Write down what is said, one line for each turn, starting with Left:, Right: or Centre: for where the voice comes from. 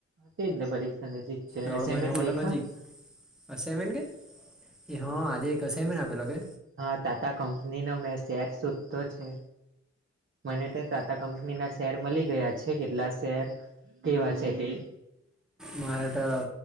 Right: તે જ ને પરીક્ષા નજીક છે
Centre: દોઢ
Right: એસાઇમેન્ટ
Centre: મહિના માટે
Right: લયખા
Centre: નજીક એમ એન કે એ હા આજે અસામેન્ટ આપેલો કે
Right: હા ટાટા કંપનીનો મેં શેર શોધતો છે. મને તો ટાટા કંપનીના શેર મળી ગયા છે કેટલા શેર કેવા છે તે
Centre: મારે તો